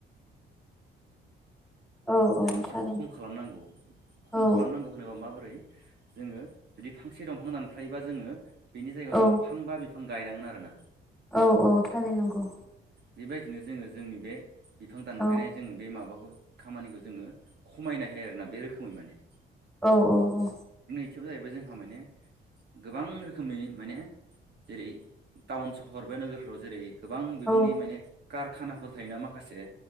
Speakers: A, in the centre; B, on the right.
A: औ
B: जों
A: औ
B: एसे
A: थारैनो
B: खम खालामनांगौ खम
A: औ
B: खालामनांगौ होनोल्बा माबादि। जोङो जुदि फांसे दंफां दानफायोबा जोङो बेनि जायगायाव जोङो
A: औ
B: फां बा बिफां। बिफां गायनांगोन आरो ना।
A: औ औ थारै नंगौ।
B: बेबायदिनो जोङो जोंनि बे बिफां दानफायनाय
A: औ
B: जोङो बे माबाखौ। खामानिखौ जोङो खमायनो हायो आरोना बे रोखोमै माने।
A: औ औ औ।
B: खथियाव जाहैबाय जोंहा माने गोबां रोखोमनि माने। जेरै टाउन सहर बा नोगोरफ्राव जेरै गोबां बिबांनि
A: औ
B: माने कार। कखानाफोर थायोना माखासे